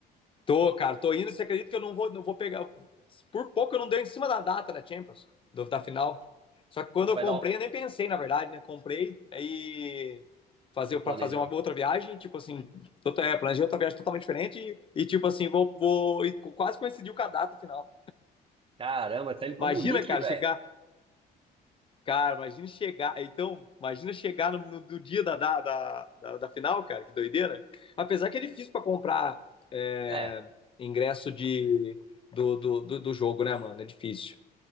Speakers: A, on the left; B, on the right.
A: Tô, cara, tô indo. Você acredita que eu não vou, não vou pegar. Por pouco eu não dei em cima da data da Champions, do- da final. Só que quando
B: Você
A: eu
B: vai
A: comprei,
B: dar um.
A: eu nem pensei, na verdade, né? Comprei, aí fazer
B: Não planejou.
A: para fazer uma outra viagem, tipo assim, tota- é, planejei outra viagem totalmente diferente e, e, tipo assim, vou, vou e co- quase coincidiu com a data final.
B: Caramba, tá indo pra
A: Imagina,
B: Munique,
A: cara,
B: velho.
A: chegar Cara, imagina chegar. Então, imagina chegar no, no- no dia da, da, da, da- da final, cara, que doideira. Apesar que é difícil pra comprar é,
B: É,
A: ingresso de, do, do, do, do jogo, né, mano? É difícil.